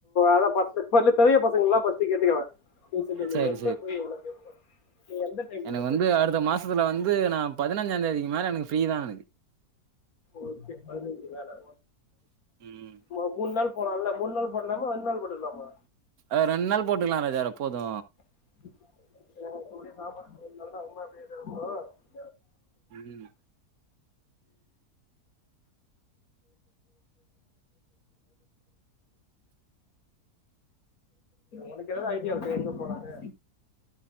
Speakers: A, on the left; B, on the right.
A: அதா ஃபஸ்ட்டு <inaudible> பெரிய பசங்கலா ஃபஸ்ட்டு கேட்டுக்கங்க பேசிட்ருந்திங்களே
B: செரி
A: எப்ப போய் <unintelligible> நீ எந்த டைம்
B: எனக்
A: உனக்கு
B: வந்து அடுத்த மாசத்துல வந்து நா பதுனஞ்சாந்தேதிக்கு மேல எனக்கு ஃப்ரீதா எனக்கு
A: ஓக்கே பதுனஞ்சுநா <unintelligible>
B: ம்
A: ஒரு மூண் நாள் போலான்ல மூண் நாள் போட்லாமா ரெண்ட் நாள் போட்டுக்லாமா
B: அ‌ ரெண் நாள் போட்டுக்கலா ராஜா போது
A: <unintelligible>
B: ம்
A: ஒனக்கெதாவது ஐடியா இருக்கா‌ எங்க போலான்னு